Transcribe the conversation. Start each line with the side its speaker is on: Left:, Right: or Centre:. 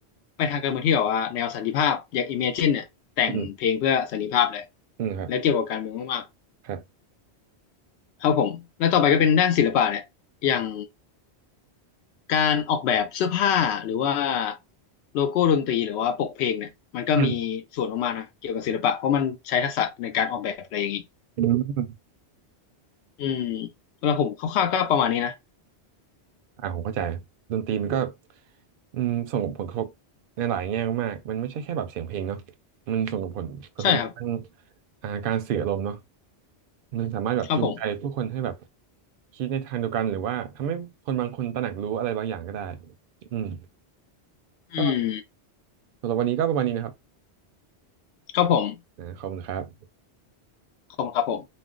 Left: ไปทางการเมืองที่แบบว่าแนวสันติภาพอย่างอิมเมจินเนี่ยแต่งเพลงเพื่อสันติภาพเลย
Right: อืมอืมครับ
Left: แล้วเกี่ยวกับการเมืองมาก
Right: ครับ
Left: ครับผมแล้วต่อไปก็เป็นด้านศิลปะเนี่ยอย่างการออกแบบเสื้อผ้าหรือว่าโลโก้ดนตรีหรือว่าปกเพลงเนี่ยมันก็มีส่วนออกมานะเกี่ยวกับศิลปะเพราะมันใช้ทักษะในการออกแบบอะไรอย่างนี้
Right: อืมอืม
Left: อืมสำหรับผมคร่าวๆก็ประมาณนี้นะ
Right: อ่าผมเข้าใจดนตรีมันก็อืมส่งผลกระทบในหลายแง่มากๆมันไม่ใช่แค่แบบเสียงเพลงเนาะมันส่งผลกระทบทาง
Left: ใช่ครับ
Right: อ่าการสื่ออารมณ์เนาะมันสามารถแบบจูงใจผู้คนให้แบบ
Left: ครับผม
Right: คิดในทางเดียวกันหรือว่าทำให้คนบางคนตระหนักรู้อะไรบางอย่างก็ได้อืม
Left: อืม
Right: ก็สำหรับวันนี้ก็ประมาณนี้นะครับ
Left: ครับผม
Right: นะขอบคุณครับ
Left: ขอบคุณครับผม